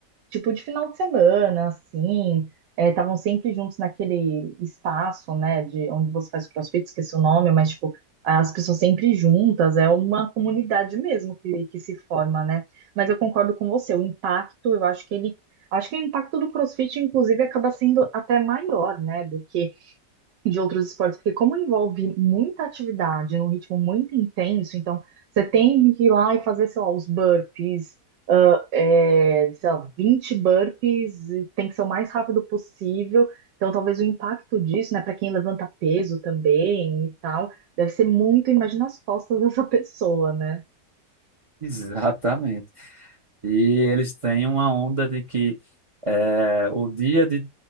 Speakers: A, on the right; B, on the right.
A: tipo de final de semana, assim, estavam sempre juntos naquele espaço, né, de onde você faz o CrossFit, esqueci o nome, mas tipo, as pessoas sempre juntas, é uma comunidade mesmo que, que se forma, né? Mas eu concordo com você, o impacto, eu acho que ele, acho que o impacto do CrossFit, inclusive, acaba sendo até maior, né, do que de outros esportes, porque como envolve muita atividade num ritmo muito intenso, então você tem que ir lá e fazer, sei lá, os burpees, ah, é, sei lá, 20 burpees, e tem que ser o mais rápido possível. Então, talvez o impacto disso, né, para quem levanta peso também e tal, deve ser muito, imagina as costas <laughs> dessa pessoa, né?
B: Exatamente. E eles têm uma onda de que é, o dia de.